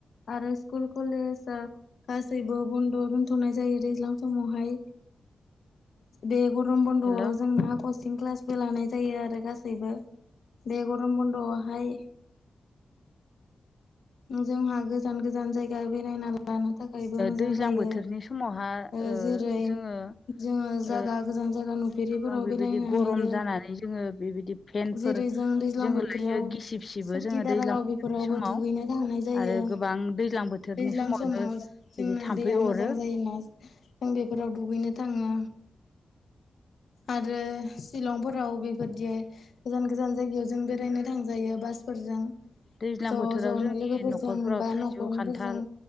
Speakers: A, on the left; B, on the left.
A: आरो स्कुल कलेजा गासैबो बन्द' दोनथ'नाय जायो दैज्लां समावहाय बे गरम बन्द'आव
B: हेल'
A: जोंना खस चि क्लासबो लानाय जायो आरो गासैबो बे गरम बन्द'आवहाय जोंहा गोजान गोजान जायगा बेरायना लानो थाखायबो मोजां
B: दैज्लां
A: जायो
B: बोथोरनि समावहा
A: ओ जेरै
B: जोङो
A: जोंङो जागा
B: ओ
A: गोजान जागा नु फेरिफोराव
B: गोबां बेबायदि
A: बेरायनो
B: गरम
A: हायो
B: जानानै जोङो बेबायदि फेनफोर
A: जेरै जों दैज्लां
B: जोङो
A: बोथोराव
B: लायो गिसिब सिबो
A: सुखि
B: जोङो
A: दारागाव
B: दैज्लां बोथोरनि
A: बेफोराव
B: समाव
A: बो दुगैनो लांनाय जायो
B: आरो गोबां दैज्लां बोथोरनि
A: दैज्लां
B: समावनो
A: समाव
B: बिदि
A: जोंना
B: थाम्फै
A: दैया
B: अरो
A: मोजां जायोना जों बेफोराव दुगैनो थांङो आरो शिलंफोराव बेबायदियै गोजान गोजान जायगायाव जों बेरायनो थांजायो बासफोरजों
B: दैज्लां
A: ज'
B: बोथोराव
A: ज'नो
B: जों
A: लोगोफोरजों
B: <unintelligible> न'खरफोराव
A: बा
B: थाइजौ
A: न'खरनिफोरजों
B: खान्थाल